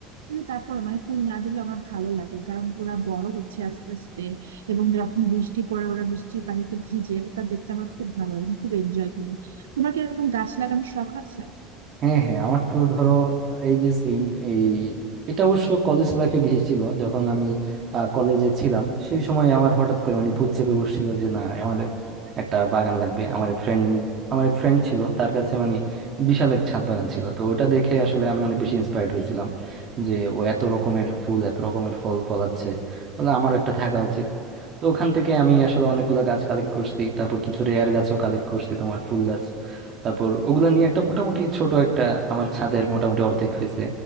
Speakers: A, on the right; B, on the right.
A: কিন্তু তারপর মানে ফুল না দিলে আমার ভালো লাগে কারণ ওরা বড় হচ্ছে আস্তে আস্তে এবং যখন বৃষ্টি পড়ে ওরা বৃষ্টির পানিতে ভিজে ওটা দেখতে আমার খুব ভালো লাগে আমি খুব এনজয় করি তোমার কি এরকম গাছ লাগানোর শখ আছে
B: হ্যাঁ হ্যাঁ আমার তো ধরো এই যে সেম এই এটা অবশ্য কলেজ লাইফে বেশি ছিল যখন আমি কলেজে ছিলাম সেই সময় আমার হঠাৎ করে মানে ভূত চেপে বসছিল যে না আমার একটা বাগান লাগবে আমার এক ফ্রেন্ড আমার এক ফ্রেন্ড ছিল তার কাছে মানে বিশাল এক ছাদ বাগান ছিল তো ওটা দেখে আসলে আমি অনেক বেশি ইন্সপায়ার্ড হয়েছিলাম যে ও এত রকমের ফুল এত রকমের ফল ফলাচ্ছে তাহলে আমারও একটা থাকা উচিত তো ওখান থেকে আমি আসলে অনেকগুলা গাছ কালেক্ট করছি তারপর কিছু রেয়ার গাছও কালেক্ট করছি তোমার ফুল গাছ তারপর ওগুলা নিয়ে একটা মোটামুটি ছোট একটা আমার ছাদের মোটামুটি অর্ধেক হয়েছে